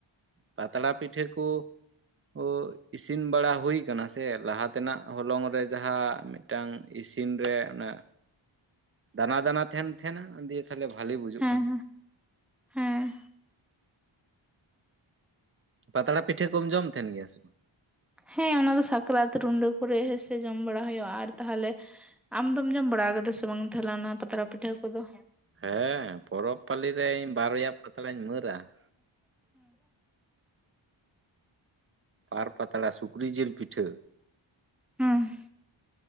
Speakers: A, on the right; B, in the centre.
A: ᱯᱟᱛᱲᱟ ᱯᱤᱴᱷᱟᱹ ᱠᱚ ᱠᱚ ᱤᱥᱤᱱ ᱵᱟᱲᱟ ᱦᱳᱭ ᱠᱟᱱᱟ ᱥᱮ, ᱞᱟᱦᱟ ᱛᱮᱱᱟᱜ ᱦᱚᱞᱚᱝ ᱨᱮ ᱡᱟᱦᱟᱸ ᱢᱮᱫᱴᱟᱝ ᱤᱥᱤ ᱤᱱ ᱨᱮ ᱚᱱᱟ, ᱫᱟᱱᱟ ᱫᱟᱱᱟ ᱛᱟᱦᱮᱱ ᱛᱟᱦᱮᱸᱱᱟ ᱫᱤᱭᱮ ᱛᱟᱦᱞᱮ ᱵᱷᱟᱞᱤ ᱵᱩᱡᱩᱜ
B: ᱦᱮᱸ
A: ᱠᱟᱱ ᱛᱟᱦᱮᱱᱟ᱾
B: ᱦᱮᱸ
A: ᱯᱟᱛᱲᱟ ᱯᱤᱴᱷᱟᱹ ᱠᱚᱢ ᱡᱚᱢ ᱛᱟᱦᱮᱱ ᱜᱮᱭᱟ ᱥᱮ?
B: ᱦᱮᱸ, ᱚᱱᱟ ᱫᱚ ᱥᱟᱠᱨᱟᱛ ᱨᱩᱰᱟᱹ ᱠᱚᱨᱮ ᱦᱳᱭ ᱥᱮ ᱡᱚᱢ ᱵᱟᱲᱟ ᱦᱳᱭᱳᱜᱼᱟ ᱾ ᱟᱨ ᱛᱟᱦᱚᱞᱮ ᱟᱢ ᱫᱚᱢ ᱡᱚᱢ ᱵᱟᱲᱟ ᱠᱟᱫᱟ ᱥᱮ ᱵᱟᱝ ᱛᱟᱦᱞᱮ ᱚᱱᱟ ᱯᱟᱛᱲᱟ ᱯᱤᱴᱷᱟᱹ ᱠᱚᱫᱚ?
A: ᱦᱮᱸ, ᱯᱚᱨᱚᱵᱽ ᱯᱟᱹᱞᱤ ᱨᱮ ᱤᱧ ᱵᱟᱨᱭᱟ ᱯᱟᱛᱲᱟᱧ ᱢᱟᱹᱨᱟ ᱾ ᱵᱟᱨ ᱯᱟᱛᱲᱟ ᱥᱩᱠᱨᱤ ᱡᱤᱞ ᱯᱤᱴᱷᱟᱹ,
B: ᱦᱩᱸ